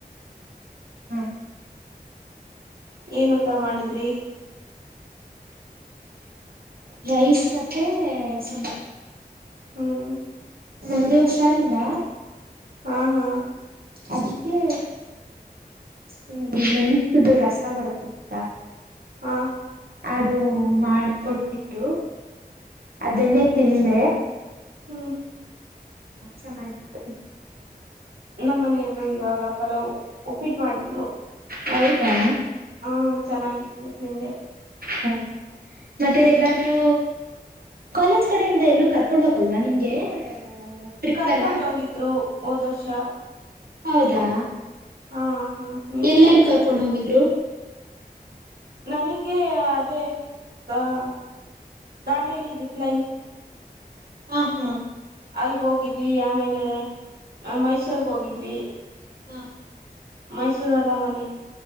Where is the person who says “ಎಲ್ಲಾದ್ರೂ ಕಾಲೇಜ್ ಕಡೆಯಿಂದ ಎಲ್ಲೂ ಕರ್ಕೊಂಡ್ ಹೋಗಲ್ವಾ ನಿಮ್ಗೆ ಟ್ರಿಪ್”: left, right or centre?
Right